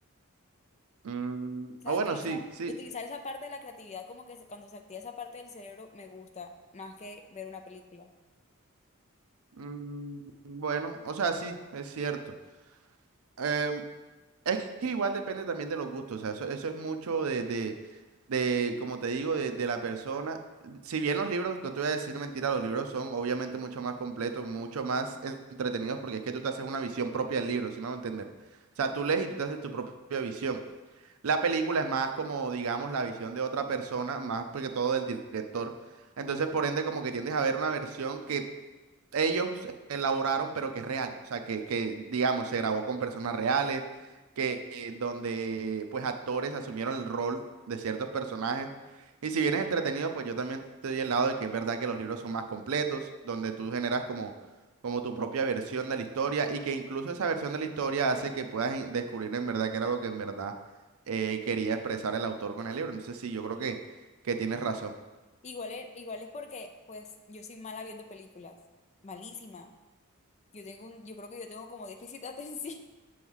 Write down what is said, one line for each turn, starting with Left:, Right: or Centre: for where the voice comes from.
Right: Mm,
Left: O sea,
Right: ah, bueno,
Left: utilizar,
Right: sí, sí.
Left: utilizar esa parte de la creatividad como que se- cuando se activa esa parte del cerebro me gusta más que ver una película.
Right: Mm, bueno, o sea, sí, es cierto. Em, Es que igual depende también de los gustos, o sea, eso, eso es mucho de, de, de, como te digo, de, de la persona. Si bien los libros, no te voy a decir mentira, los libros son obviamente mucho más completos, mucho más en- entretenidos, porque es que tú te haces una visión propia del libro, si me van a entender. O sea, tú lees y tú te haces tu propia visión. La película es más como, digamos, la visión de otra persona, más que todo del director. Entonces, por ende, como que tiendes a ver una versión que ellos elaboraron, pero que es real, o sea, que, que digamos, se grabó con personas reales, que eh, donde pues actores asumieron el rol de ciertos personajes. Y si bien es entretenido, pues yo también te doy el lado de que es verdad que los libros son más completos, donde tú generas como, como tu propia versión de la historia y que incluso esa versión de la historia hace que puedas in- descubrir en verdad qué era lo que en verdad eh, quería expresar el autor con el libro. Entonces sí, yo creo que, que tienes razón.
Left: Igual es, igual es porque pues yo soy mala viendo películas, malísima. Yo tengo un, yo creo que yo tengo como déficit de atención.